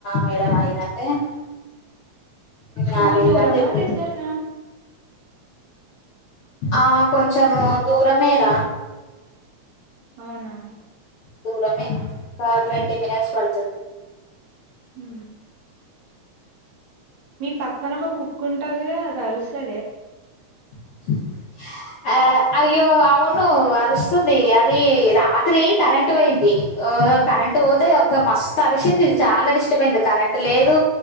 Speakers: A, on the left (about 75°); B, on the right (about 55°).
A: మేడం ఐదంటే <unintelligible>
B: స్కూల్ దూరమా, దగ్గరనా?
A: ఆ కొంచము దూరమేర
B: అవునా
A: దూరమే ఒక ట్వంటీ మినిట్స్ పడుతుం
B: ఉ మీ పక్కన ఒక కుక్ ఉంటది కదా అది అరుస్తా
A: హామ్ ఆ అయ్యో అవును అరుస్తది అది రాత్రి కరెంటు పోయింది ఓ కరెంట్ పోతే ఒక మస్తు అరిసింది చాల డిస్టబ్ అయింది కరెంట్ లేదు